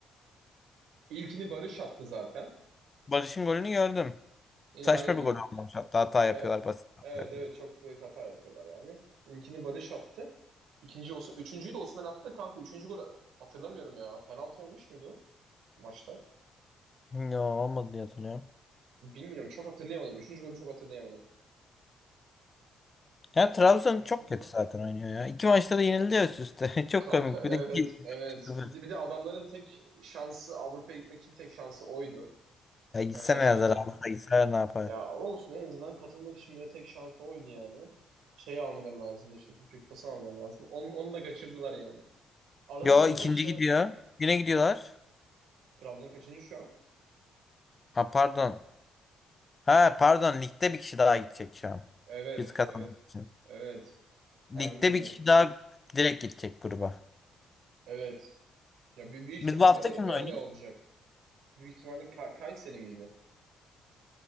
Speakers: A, on the right; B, on the left.
A: İlkini Barış attı zaten.
B: Barış'ın golünü gördüm.
A: E,
B: Saçma
A: aynen.
B: bir gol olmuş. Hatta hata yapıyorlar.
A: E,
B: Basit hata
A: Evet
B: yapıyorlar.
A: evet çok büyük hata yapıyorlar yani. İlkini Barış attı. İkinci olsun. Üçüncüyü de Osimhen attı. Kanka üçüncü golü hatırlamıyorum ya. Penaltı olmuş muydu maçta?
B: Ya olmadı diye hatırlıyorum.
A: Bilmiyorum. Çok hatırlayamadım. Üçüncü golü çok hatırlayamadım.
B: Ya Trabzon
A: Düş, düşünelim.
B: çok kötü zaten oynuyor ya. İki maçta da yenildi ya üst üste. <laughs> Çok
A: Kanka
B: komik. Bir
A: evet
B: de iki. iki-
A: evet.
B: sıfır.
A: Bir de, bir de adamların tek şansı Avrupa'ya gitmek için tek şansı oydu.
B: Ya gitsene
A: Yani gerçekten
B: ya Zarafa gitsene ne yapar?
A: ya olsun en azından katılmak için bile tek şansı oydu yani. Şey almaları lazımdı işte Türkiye Kupası almaları lazımdı. Onu, onu da kaçırdılar yani. Adamlar
B: Yo
A: zaten
B: ikinci
A: şey
B: gidiyor. Yine gidiyorlar.
A: Trabzon kaçıncı şu an?
B: Ha pardon. Ha pardon ligde bir kişi daha gidecek şu an.
A: Evet,
B: Biz kazanmak
A: evet,
B: için.
A: evet. Aynen
B: Ligde
A: öyle.
B: bir kişi daha direkt gidecek gruba.
A: Evet. Ya bir büyük
B: Biz
A: ihtimalle
B: bu hafta
A: öyle,
B: kimle
A: öyle
B: oynuyoruz?
A: olacak. Büyük ihtimalle Ka- Kayseri miydi?